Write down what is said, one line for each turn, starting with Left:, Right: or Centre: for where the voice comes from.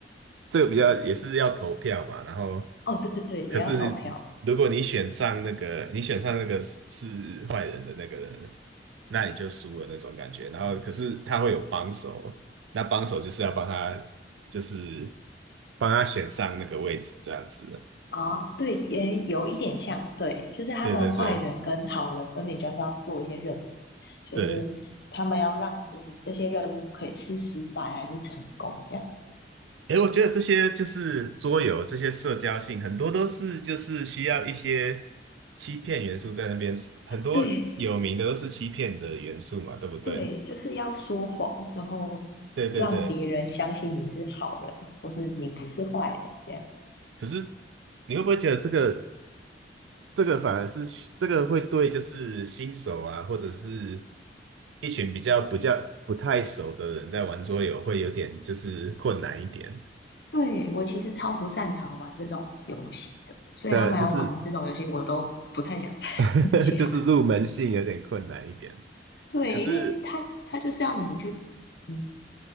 Right: 这个比较也是要投票嘛，然后
Left: 哦，对对对，也要投票。
Right: 可是如果你选上那个，你选上那个是是坏人的那个人，那你就输了那种感觉。然后可是他会有帮手，那帮手就是要帮他，就是帮他选上那个位置这样子。
Left: 啊，对，也有一点像，对，就是他们坏人跟好人分别就是要做一些任务，
Right: 对对对
Left: 就是
Right: 对，
Left: 他们要让就是这些任务可以是失败还是成功这样。
Right: 诶，我觉得这些就是桌游，这些社交性很多都是就是需要一些欺骗元素在那边，很多有名的都是欺骗的元素嘛，
Left: 对
Right: 对不对？
Left: 对，就是要说谎之后让别人相信你是好人，
Right: 对对对，
Left: 或是你不是坏人这样。
Right: 可是你会不会觉得这个这个反而是这个会对就是新手啊，或者是一群比较不较不太熟的人在玩桌游会有点就是困难一点
Left: 对，我其实超不擅长玩这种游戏的，所以他们要玩这种游戏我都不太想参
Right: 的，就是 <laughs>
Left: 加。
Right: 就是入门性有点困难一点。
Left: 对，
Right: 可是
Left: 因为他他就是要你去，嗯，